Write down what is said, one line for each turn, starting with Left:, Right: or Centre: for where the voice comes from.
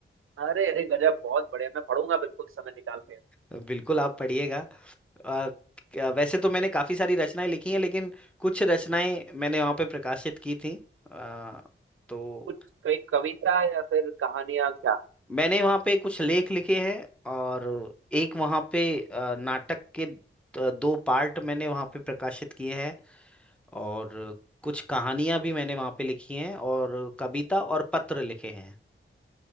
Right: अरे अरे गजब बहुत बढ़िया मैं पढ़ूंगा बिल्कुल समय निकाल के
Centre: अ, बिल्कुल आप पढ़िएगा अ, क्या- वैसे तो मैंने काफ़ी सारी रचनाएं लिखी हैं लेकिन कुछ रचनाएं मैंने वहाँ पे प्रकाशित की थी अ, तो
Right: कुछ कोई कविता या फिर कहानियां क्या
Centre: मैंने वहाँ पे कुछ लेख लिखे हैं और एक वहाँ पे अ, नाटक के द- दो पार्ट मैंने वहाँ पे प्रकाशित किए हैं और कुछ कहानियां भी मैंने वहाँ पे लिखी हैं और कविता और पत्र लिखे हैं